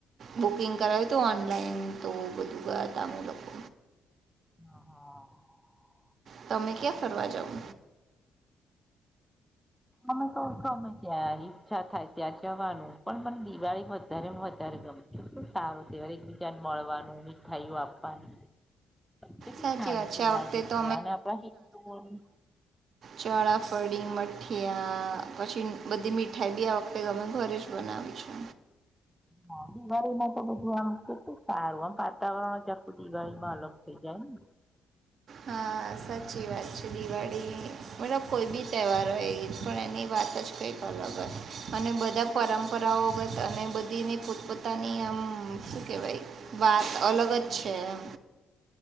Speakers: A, on the right; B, in the centre.
A: બુકિંગ કરાવ્યું હતું ઓનલાઈન તો બધું ગયા તા અમે લોકો
B: હા હા
A: તમે ક્યાં ફરવા જાાવ
B: અમે તો ગમે ત્યાં ઈચ્છા થાય ત્યાં જવાનું પણ મને દિ વાળી માં વધારેમ વધારે ગમે તું સારું કેવાય એકબીજાને મળવાનું મીઠાઈયુ આપવાનુ કેટલી
A: સાચી
B: શાંતિ
A: વાત છે આ
B: લાગે
A: વખતે તો
B: <unintelligible> અને આપણા હિન્દુઓનું
A: ચોળાફડી મઠિયા પછી બધી મીઠાઈ બી આ વખતે અમે ઘરે જ બનાવી છે
B: હા દિવાળીમાં તો બધું આમ કેટલું સારું આમ વાતાવરણ આખું દિવાળીમાં અલગ થઇ જાય. એમ
A: હા સાચી વાત છે દિવાળી મતલબ કોઈ બી તહેવાર હોય પણ એની વાત વાત જ કંઈક અલગ હોય અને બધા પરંપરાઓગત અને બધીને પોતપોતાની આમ હમ શું કેહેવાય વાત અલગ જ છે. એમ